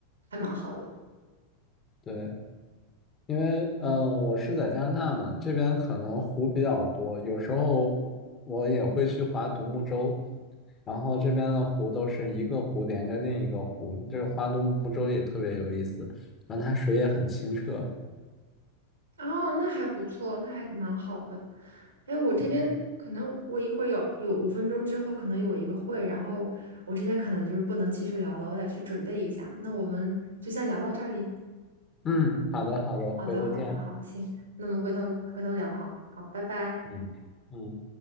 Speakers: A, on the right; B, on the left.
A: 还蛮好的。
B: 对，因为嗯、呃我是在加拿大嘛，这边可能湖比较多，有时候我也会去划独木舟，然后这边的湖都是一个湖连着另一个湖，这个花都木洲也特别有意思，然后它水也很清澈。
A: 哦，那还不错，那还蛮好的。哎，我这边可能我一会儿有有五分钟之后可能有一个会，
B: 嗯
A: 然后我这边可能就是不能继续聊了，我得去准备一下。那我们就先聊到这里。
B: 嗯，好的好的，
A: 好的，
B: 回头见。
A: 好的，好，行，那么回头回头聊哈，好，拜拜。
B: 嗯嗯。